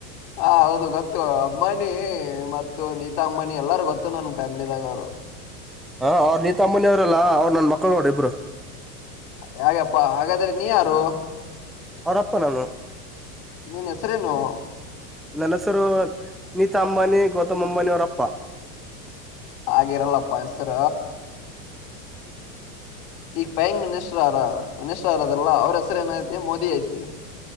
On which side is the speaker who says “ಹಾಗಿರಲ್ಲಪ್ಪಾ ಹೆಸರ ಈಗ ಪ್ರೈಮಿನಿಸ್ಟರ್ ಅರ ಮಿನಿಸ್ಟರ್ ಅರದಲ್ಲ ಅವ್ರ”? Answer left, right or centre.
Left